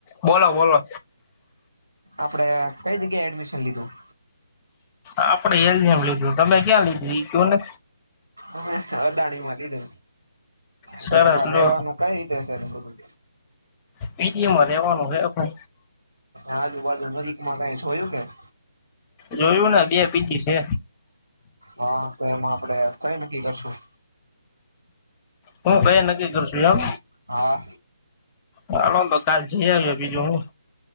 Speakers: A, on the left; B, on the right.
A: બોલો બોલોલો
B: આપડે અહ કઈ જગ્યાએ એડમિશન લીધું?
A: આપડે એલ જે મેં લીધું તમે ક્યાં લીધું ઈ ક્યું ને?
B: અમે અદાણી માં લીધે
A: સરસ
B: તો તમારે
A: લો
B: રેવાનું કઈ રીતે છે બધું?
A: પી જી માં રહેવાનું છે આપડે.
B: આજ ઉભા જી એક વીક માં થયું કાંઈ?
A: જોયું ને બે પી જી છે.
B: હા તો એમાં આપડે કઈ નક્કી કરશું?
A: હું કયા નક્કી કરશું એમ?
B: હા
A: હાલો તો કાલ જઈ આવીયે બીજું હું.